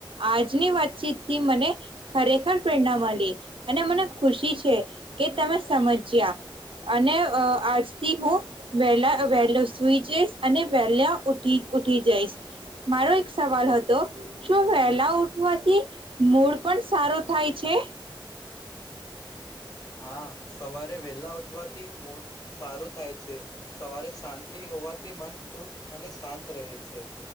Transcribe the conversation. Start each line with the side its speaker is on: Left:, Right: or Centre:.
Right: આજની વાતચીતથી મને ખરેખર પ્રેરણા મળી અને મને ખુશી છે કે તમે સમજ્યા અને આજથી હું વેલા વહેલો સુઈ જઈશ અને વહેલા ઉઠી ઉઠી જઈશ મારો એક સવાલ હતો. શું વહેલા ઉઠવાથી મૂળ પણ સારો થાય છે?
Left: હા સવારે વેલા ઉઠવાથી મૂડ સારું થાય છે સવારે શાંતિ હોવાથી મન ખુશ અને શાંત રહે છે.